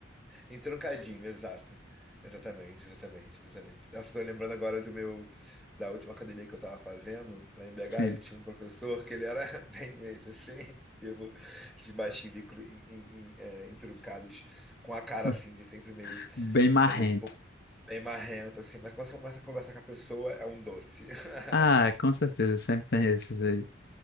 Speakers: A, in the centre; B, on the left.
A: Entroncadinho, exato. Exatamente, exatamente, exatamente. Nossa, tô lembrando agora do meu, da última academia que eu tava fazendo, lá em BH,
B: Sim.
A: e tinha um professor que ele era <laughs> bem jeito assim, tipo, de baixinho, e cru- em- em- em, é, entroncados, com a cara
B: <laughs>
A: assim, de sempre meio,
B: Bem marrento.
A: meio um pouco bem marrento, assim, mas quando você começa a conversar com a pessoa, é um doce. <laughs>
B: Ah, com certeza, sempre tem esses aí.